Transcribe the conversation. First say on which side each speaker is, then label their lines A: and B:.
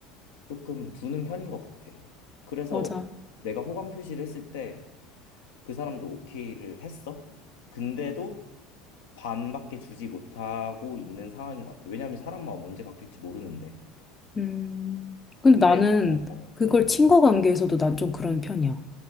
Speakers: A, on the left (about 80°); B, on the left (about 20°).
A: 조금 두는 편인 것 같아. 그래서
B: <laughs> 맞아.
A: 내가 호감 표시를 했을 때 그 사람도 오케이를 했어. 근데도 반밖에 주지 못하고 있는 상황인 것 같아. 왜냐하면 사람 마음 언제 바뀔지 모르는데.
B: 음. 근데
A: 근데
B: 나는
A: 어, 어, 어.
B: 그걸 친구 관계에서도 난 좀 그런 편이야.